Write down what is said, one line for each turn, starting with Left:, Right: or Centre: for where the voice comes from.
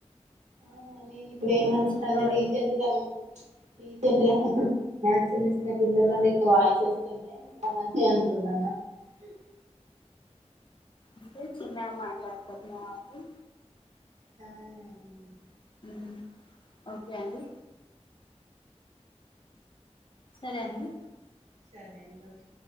Right: ఆ నేను ఇప్పుడు ఏమనుకున్నాను.
Left: అంటే చిన్నవా
Right: రీసెంట్గా చ్ రీసెంట్ గా నేను చిన్న చిన్న పిల్లల నిక్కు వాయిస్ ఇస్తుంటే నేను అలానే అనుకుంటానా. మ్
Left: అంతే చిన్నగా మాట్లాడుతారు మా వాళ్ళు
Right: నయమే
Left: ఉమ్ అంతేండి. సరే అండి.
Right: సరే అండి ఒకే